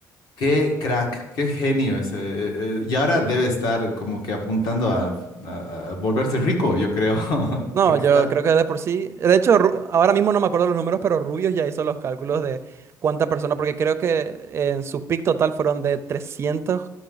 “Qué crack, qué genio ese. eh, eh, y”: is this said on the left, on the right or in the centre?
Left